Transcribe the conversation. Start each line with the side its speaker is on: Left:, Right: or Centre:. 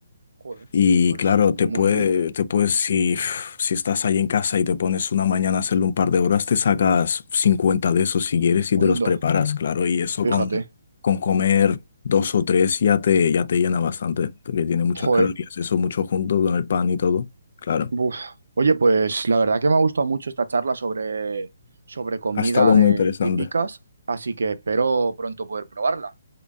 Right: joder.
Left: Y
Right: Pues,
Left: claro,
Right: pues
Left: te puede,
Right: muy bien.
Left: te puedes, si, si estás ahí en casa y te pones una mañana a hacerlo un par de horas, te sacas 50 de esos si quieres y te
Right: Onda,
Left: los preparas, Mm. claro. Y eso
Right: fíjate.
Left: con, con comer dos o tres ya te, ya te llena bastante, porque tiene muchas
Right: Joder.
Left: calorías, eso mucho junto con el pan y todo, claro.
Right: Uf. Oye, pues la verdad que me ha gustado mucho esta charla sobre, sobre comida
Left: Ha estado
Right: de
Left: muy interesante.
Right: típicas, así que espero pronto poder probarla.